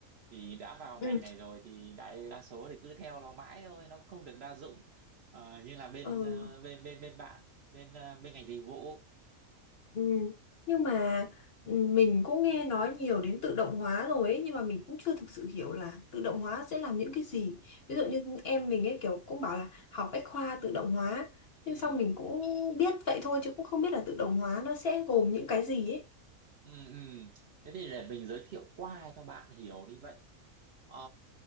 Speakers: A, on the right (about 55°); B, on the left (about 55°).
A: thì đã vào ngành
B: Ừ.
A: này rồi thì đại đa số thì cứ theo nó mãi thôi nó cũng không được đa dụng Ờ, như là bên
B: Ừ.
A: ờ, bên bên bên bạn bên ờ, bên ngành dịch vụ
B: ừ. Nhưng mà ừ, mình cũng nghe nói nhiều đến tự động hóa rồi ấy, nhưng mà mình cũng chưa thực sự hiểu là tự động hóa sẽ làm những cái gì. Ví dụ như em mình ấy kiểu cũng bảo là học bách khoa tự động hóa, nhưng
A: ừ,
B: sau mình cũng biết vậy thôi chứ cũng không biết là tự động hóa nó sẽ gồm những cái gì ấy.
A: ừ, ừ. thế thì để mình giới thiệu qua cho bạn hiểu đi vậy Ờ,